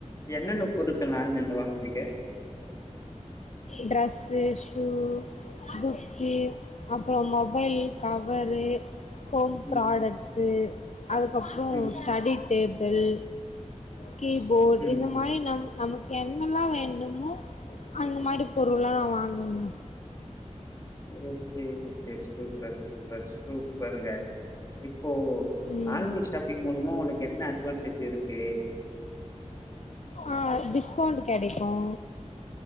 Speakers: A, on the left; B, on the left.
A: என்னென்ன பொருட்கள் எல்லா ஆன்லைன்ல வாங்குவீங்க
B: டரெஸ்ஸு சூவ்வு புக்கு அப்பற மொபைல் கவரு ஹோம்
A: ம்
B: ப்ராடக்ட்ஸு அதுக்கப்பற
A: ம்
B: ஸ்டடி டேபிள் கீபோர்டு
A: ம்
B: இந்த மாதிரி நம் நமக்கு என்னல்லா வேண்டுமோ அந்த மாதிரி பொருள்லெல்லா நா வாங்குவங்க
A: ஓக்கே சூப்பர் சூப்பர் சூப்பருங்க இப்போ
B: ம்
A: ஆன்லைன் ஷாப்பிங் மூலமா உங்களுக்கு என்ன அட்வான்டேஜ் இருக்கு
B: ஆஹ டிஸ்கவுண்ட் கிடைக்கும்